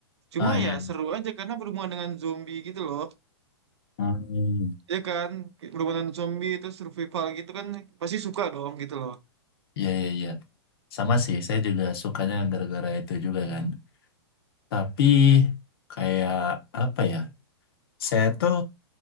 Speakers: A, on the right (about 80°); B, on the left (about 60°).
A: Cuma
B: Ah iya.
A: ya
B: iya.
A: seru aja karena berhubungan dengan zombie gitu loh.
B: Hmm.
A: Ya kan, berhubungan dengan zombie itu survival gitu kan pasti suka dong gitu loh.
B: Iya iya iya. Sama sih, saya juga sukanya gara-gara itu juga kan. Tapi kayak apa ya? Saya tuh